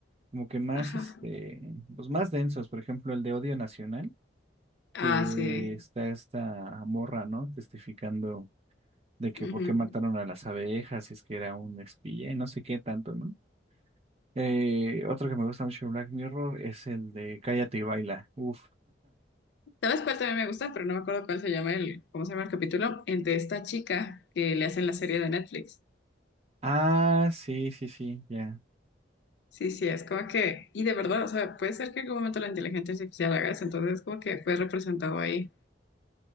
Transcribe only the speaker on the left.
Ajá.
Ah,
sí.
Ujú.
¿Sabes cuál también me gusta? Pero no me acuerdo cuál se llama el, ¿cómo se llama el capítulo? El de esta chica que le hacen la serie de Netflix.
Sí, sí, es como que, y de verdad, o sea, puede ser que en algún momento la inteligencia artificial haga eso, entonces como que fue representado ahí.